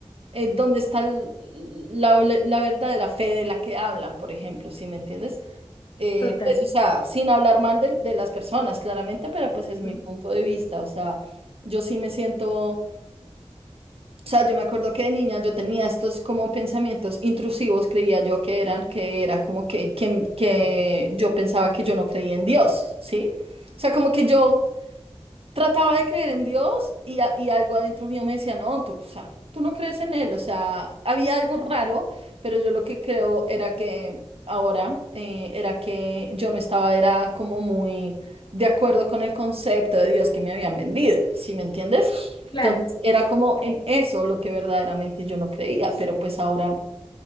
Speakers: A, on the right (about 60°); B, on the left (about 45°).
A: eh, dónde está l- la, la verdadera fe de la que hablan, por ejemplo, si me entiendes? Eh,
B: total.
A: pues, o sea, sin hablar mal de, de las personas, claramente, pero pues es mi
B: ¿no?
A: punto de vista, o sea, yo sí me siento, o sea, yo me acuerdo que de niña yo tenía estos como pensamientos intrusivos, creía yo que eran, que era como que, que, que yo pensaba que yo no creía en Dios, ¿sí? O sea, como que yo trataba de creer en Dios y, a- y algo adentro mío me decía, no, tú, o sea, tú no crees en él, o sea, había algo raro, pero yo lo que creo era que ahora eh, era que yo no estaba, era como muy de acuerdo con el concepto de Dios que me habían vendido, ¿sí me entiendes?
B: Claro,
A: Entonces era como en eso lo que verdaderamente yo no creía, pero pues ahora...